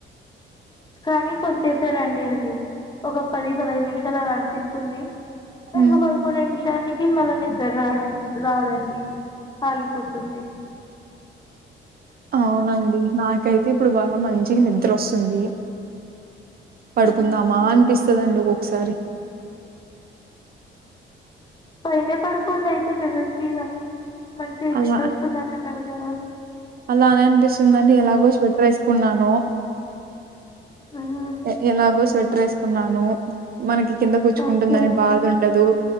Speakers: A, on the left (about 20°); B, on the right (about 50°).
A: కానీ కొంచేపెనండి అది ఒక పది పదహైదు నిమిషాలు అలా అనిపిస్తుంది
B: ఉమ్
A: ఇంగ పడుకోలేండి చలికి మళ్ళ నిద్దర్ రావడం రాదండి ఆగిపోతుంది
B: అవునండి నాకైతే ఇప్పుడు బా మంచిగా నిద్రోస్తుంది పడుకుందామా
A: ఉమ్,
B: అనిపిస్తదండి ఒకోక్కసారి
A: పైనే పడుకోండి అయితే టెర్రస్ మీద మంచిగా
B: అలా
A: నిద్రొస్తోందంటున్నావ్ కదా
B: అలానే అనిపిస్తుందిండి ఎలాగో స్వెట్టర్ ఏసుకున్నాను
A: ఉమ్,
B: ఎ ఎలాగో స్వెట్టర్ ఏసుకున్నాను మనకి కింద గుచ్చుకుంటుందని
A: ఓకే
B: బాధ ఉండదు